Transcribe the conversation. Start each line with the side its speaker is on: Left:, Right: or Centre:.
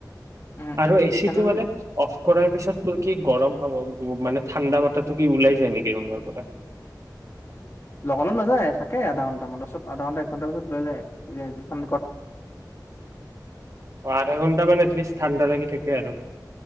Left: উম
Right: আৰু এচিটো
Left: ফাইনেল
Right: মানে অফ কৰাৰ তাৰপিছত তোৰ কি গৰম হাৱা, মানে ঠাণ্ডা বতাটো কি ওলাই যায় নেকি ৰুমৰ পৰা?
Left: লগালগ নাযায়, থাকে আধা ঘণ্টামান, তাৰছত আধা ঘণ্টা এক ঘণ্টা পিছত ওলাই যায়, এ যিখন
Right: অ', আধা ঘন্টামান এটলিষ্ট ঠাণ্ডা লাগি থাক কে আৰু।